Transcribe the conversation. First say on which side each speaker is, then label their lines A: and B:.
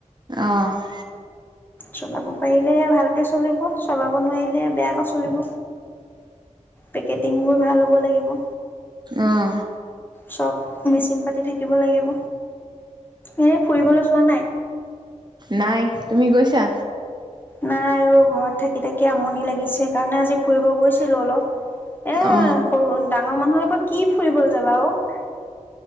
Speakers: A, on the right; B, on the left.
A: অহ। <inaudible>
B: চলাব পাৰিলে ভালকৈ চলিব, চলাব নোৱাৰিলে বেয়াকৈ চলিব, পেকেটিংবোৰ ভাল হ'ব লাগিব।
A: অহ।
B: চব মেচিন পাতি থাকিব লাগিব, এনে ফুৰিবলৈ যোৱা নাই।
A: নাই তুমি গৈছা।
B: নাই ও ঘৰত থাকি থাকি আমনি লাগিছে সেইকাৰণে আজি ফুৰিব গৈছিলো অলপ। এ-
A: অ
B: সৰু ডা ঘৰৰ মানুহে আকৌ। কি ফুৰিবলৈ যাবা অহ,